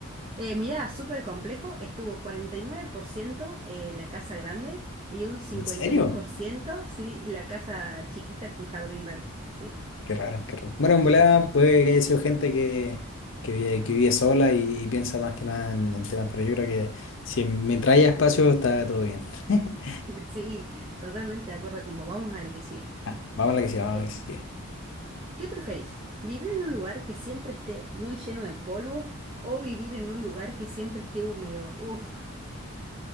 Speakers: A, on the right; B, on the left.
A: Eh, mirá, súper complejo, estuvo 49% eh, la casa grande y un 51%,
B: ¿En serio?
A: sí, la casa chiquita con jardín grande, ¿sí?
B: Qué raro, qué raro. Bueno, en volada puede que haya sido gente que, que, vive, que vive sola y, y piensa más que nada en, en temas, pero yo creo que si mientras haya espacio está todo bien. <laughs>
A: Sí, totalmente de acuerdo con vos. Vamos a la que sigue.
B: Ah, Vamos a la que sigue, vamos
A: Eh,
B: a la que sigue.
A: ¿qué preferís? ¿Vivir en un lugar que siempre esté muy lleno de polvo o vivir en un lugar que siempre esté húmedo? Uf.